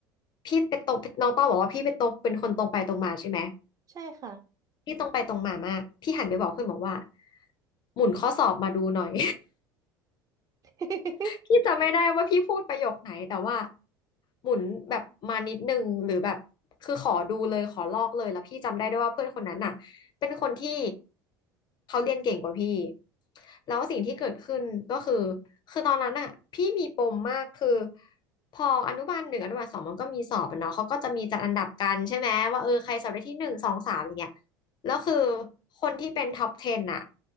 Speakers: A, on the left (about 40°); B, on the right (about 30°).
A: พี่เป็นตรงน้องต้องบอกว่าพี่เป็นตรงเป็นคนตรงไปตรงมาใช่ไหม
B: ใช่ค่ะ
A: พี่ตรงไปตรงมามากพี่หันไปบอกเพื่อนบอกว่าหมุนข้อสอบมาดูหน่อย
B: <laughs>
A: พี่จำไม่ได้ว่าพี่พูดประโยคไหนแต่ว่าหมุนแบบมานิดนึงหรือแบบคือขอดูเลยขอลอกเลยแล้วพี่จำได้ด้วยว่าเพื่อนคนนั้นน่ะเป็นคนที่เขาเรียนเก่งกว่าพี่แล้วสิ่งที่เกิดขึ้นก็คือคือตอนนั้นน่ะพี่มีปมมากคือพออนุบาลหนึ่งอนุบาลสองมันก็มีสอบอะเนาะเขาก็จะมีจัดอันดับกันใช่ไหมว่าเออใครสอบได้ที่หนึ่งสองสามอย่างเงี้ยแล้วคือคนที่เป็นท็อป10อะ